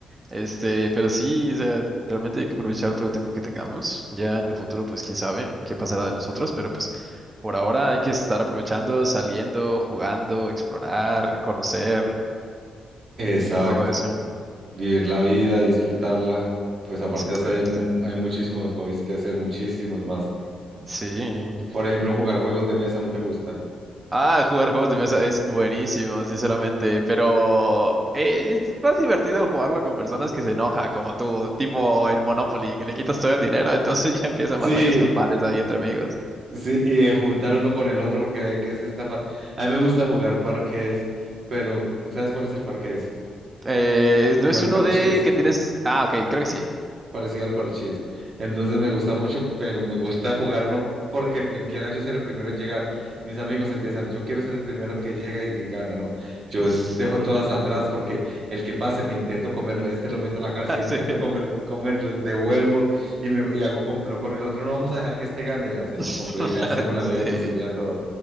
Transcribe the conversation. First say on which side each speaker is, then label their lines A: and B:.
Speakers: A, on the right (about 25°); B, on the right (about 50°).
A: Este, pero sí, o sea, realmente hay que aprovechar todo el tiempo que tengamos. Ya en el futuro, pues quién sabe qué pasará de nosotros, pero pues por ahora hay que estar aprovechando, saliendo, jugando, explorar, conocer,
B: exacto.
A: todo eso.
B: Vivir la vida, disfrutarla. Pues aparte
A: Es correcto.
B: de eso, hay, mu- hay muchísimos hobbies que hacer, muchísimos más.
A: Sí.
B: Por ejemplo, jugar juegos de mesa, ¿no te gusta?
A: Ah, jugar juegos de mesa es buenísimo, sinceramente, pero es más divertido jugarlo con personas que se enoja, como tú, tipo el Monopoly, que le quitas todo el dinero, entonces <laughs> ya empiezan
B: <laughs> Sí,
A: batallas campales ahí entre amigos.
B: Sí, y eh, juntar uno con el otro porque ve que es esta fa- A mí me gusta jugar parques, pero ¿sabes cuál es el parques?
A: Eh,
B: Como
A: no es
B: el
A: uno
B: parchís
A: de que tienes... Ah, ok, creo que sí.
B: parecido al parchís. Entonces me gusta mucho, pero me gusta jugar no porque me quiera yo ser el primero en llegar. Mis amigos empiezan, yo quiero ser el primero que llega y gana, no. Yo
A: <laughs>
B: es- dejo todas atrás porque el que pase me intento comerlo, este lo meto a la cárcel,
A: Sí.
B: intento comer, comer, los devuelvo y, me, y hago complot con el otro. No vamos a dejar que este gane y hacemos
A: <laughs>
B: complot y le hacemos la
A: Sí.
B: vida imposible a todos.